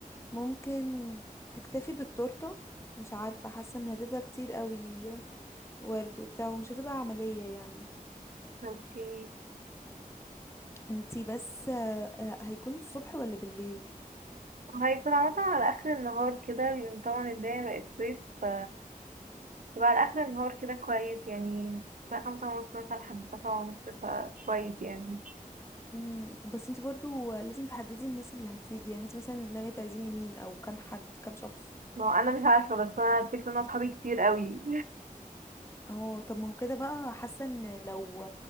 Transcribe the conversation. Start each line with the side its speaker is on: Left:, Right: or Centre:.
Left: ممكن تكتفي بالتورتة مش عارفة حاسة ان هتبقى كتير قوي ورد وبتاع ومش هتبقى عملية يعني
Right: اوكي
Left: انتي بس آه، آه، هيكون الصبح ولا بالليل
Right: وهيكون عامة على آخر النهار كده لأن طبعا الدنيا بقت صيف ف يبقى على آخر النهار كده كويس يعني الساعة خمسة ونص مثلا لحد الساعة سبعة ونص فكويس يعني
Left: مم، بس انتي برضو آه، لازم تحددي الناس اللي هتيجي يعني انتي مثلا ناوية تعزمي مين او كام حد كام شخص
Right: ما هو أنا مش عارفة بس أنا الفكرة إن أنا أصحابي كتير قوي
Left: اهو طب ما هو كده بقى حاسة ان لو